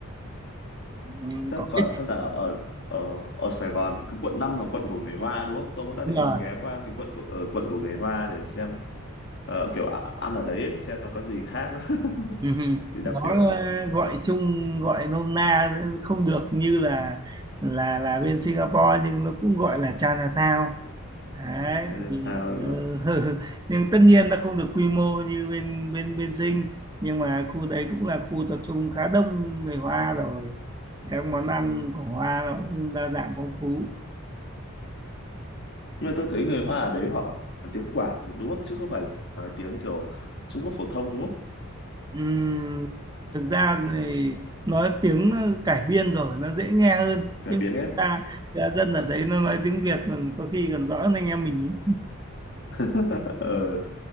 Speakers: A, on the right; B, on the left.
A: ừ,
B: Thế
A: có
B: còn
A: cái
B: xem nào ở ở ở Sài Gòn cái quận 5 là quận của người Hoa đúng không tôi cũng đã
A: đúng
B: định
A: rồi
B: muốn ghé qua cái quận của ờ, quận của người Hoa để xem ờ, kiểu ạ- ăn ở đấy ấy, xem nó có gì khác <laughs>
A: Ừ, ừ,
B: gì đặc
A: nó
B: biệt không
A: ờ, gọi chung gọi nôm na không được như là là là bên Singapore nhưng nó cũng gọi là Chinatown đấy
B: ừ. Chinatown
A: thì
B: nữa.
A: ờ, <laughs> nhưng tất nhiên nó không được quy mô như bên bên bên Sing nhưng mà khu đấy cũng là khu tập trung khá đông người Hoa rồi các món ăn của Hoa nó cũng đa dạng phong phú
B: nhưng mà tôi thấy người Hoa ở đấy họ nói tiếng Quảng đúng không chứ không phải nói tiếng kiểu Trung Quốc phổ thông đúng không
A: Ừm, thực ra thì nói tiếng cải biên rồi nó dễ nghe hơn
B: cải
A: nhưng
B: biến hết
A: chúng
B: à?
A: ta ra dân ở đấy nó nói tiếng Việt còn có khi còn rõ hơn anh em mình ý.
B: Ờ. <laughs>